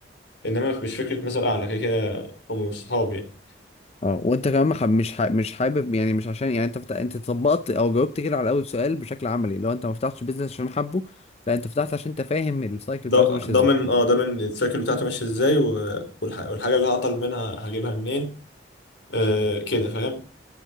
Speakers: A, on the left; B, on the left.
A: إنما مش فكرة مثل أعلى كده كده هم صحابي يعني
B: اه وانت كمان مح- مش ح- مش حابب يعني مش عشان يعني انت فت... انت طبقت او جاوبت كده على اول سؤال بشكل عملي لو انت ما فتحتش بيزنس عشان حبه لا انت فتحت عشان انت فاهم السايكل
A: ض-
B: بتاعته ماشيه
A: ضامن
B: ازاي
A: اه ضامن السايكل بتاعته ماشية إزاي و... والح... والحاجة اللي هعطل منها هجيبها منين آه كده فاهم